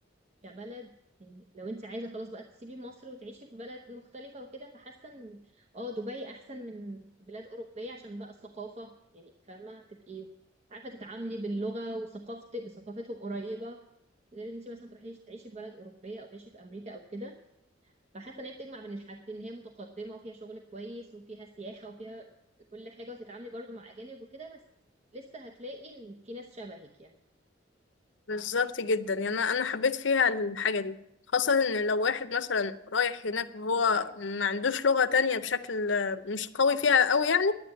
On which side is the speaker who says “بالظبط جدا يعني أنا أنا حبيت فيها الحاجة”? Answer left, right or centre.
Left